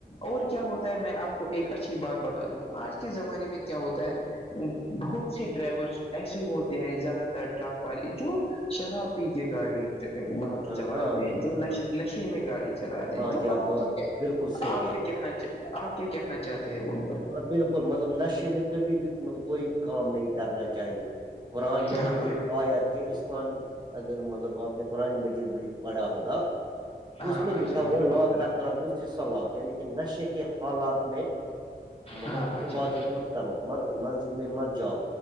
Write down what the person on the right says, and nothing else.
ہاں
ہاں
ہاں
ہاں
یہ
بات
بالکل صحیح
ہے
بالکل مطلب نشے میں کبھی بھی ملب کوئی کام نہیں کرنا چاہیے قرآن میں
بھی
ایک آیات ہے اسلام اگر مطلب آپ نے قرآن مجید بھی پڑا ہوگا
اس میں
لکھا
ہوا
تقربو فص یعنی کہ نشے کے حالات میں مطلب
عبادت
مت کرو مسجد میں مس جاؤ